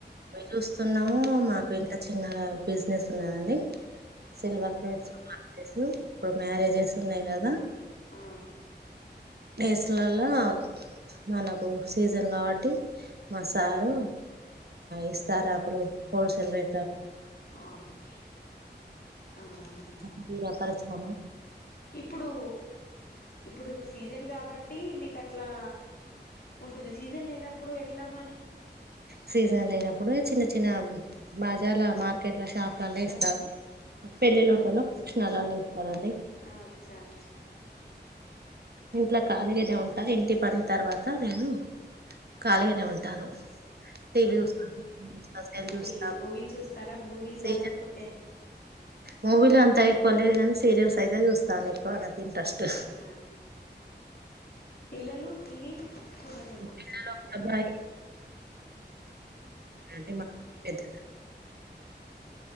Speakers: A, on the right; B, on the left.
A: <unintelligible> చూస్తున్నాము మాకు ఇంకా చిన్నగా బిజినెస్ ఉన్నదండి సిల్వర్ ప్లేట్స్ <unintelligible> ఇప్పుడు మ్యారేజెస్ ఉన్నాయి కదా
B: ఆ
A: వేసులలో మనకు సీజన్ కాబట్టి మ సారు ఇస్తారాకులు హోల్సేల్ రే
B: ఆ ఓకే ఆ
A: <unintelligible>
B: ఇప్పుడు ఇప్పుడు సీజన్ కాబట్టి మీకు అట్లా ఉంటుంది సీజన్ లేనప్పుడు ఎట్లా మరి
A: సీజన్ లేనప్పుడు చిన్న చిన్న బజార్ల మార్కెట్ల షాప్లలో ఇస్తారు
B: ఓకే
A: <unintelligible>
B: అచ్చ అచ్చ
A: ఇస్తారండి
B: అచ్చ అచ్చ
A: ఇంట్లో ఖాళీగానే ఉంట ఇంటి పని తర్వాత నేను కాలిగానే ఉంటాను టీవీ చూస్తాను సెల్ చూస్తా
B: టీవీ మూవీ చూస్తార మూవీస
A: సీరియల్
B: లేకపోతే
A: మూవీలు అంత ఎక్కువ లేదు కానీ సీరియల్స్ అయితే చూస్తాను ఎక్కువ నాకు ఇంట్రెస్ట్
B: ఆ పిల్లలు టీవీ చూడరేమో
A: పిల్లలు ఒక అబ్బాయి అంటే మా పెద్ద